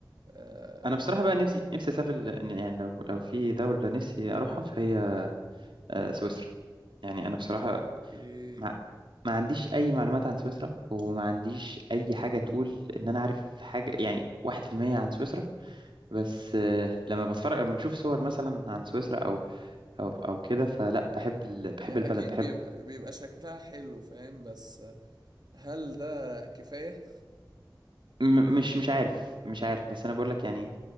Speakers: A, on the right; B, on the right.
A: آه
B: انا
A: لا
B: بصراحه بقى نفسي نفسي اسافر ل- يعني لو لو في دوله نفسي اروحها فهي آه، سويسرا يعني انا بصراحه
A: اوكي
B: ما ما عنديش اي معلومات عن سويسرا وما عنديش اي حاجه تقول ان انا عارف حاجه يعني واحد في المية عن سويسرا بس آه، لما بتفرج لما بشوف صور مثلا عن سويسرا او او او كده فلا بحب ال... بحب
A: اكيد
B: البلد بحب
A: بيبقى بيبقى شكلها حلو فاهم بس هل ده كفاية
B: م...
A: يعني
B: مش مش عارف مش عارف بس انا بقول لك يعني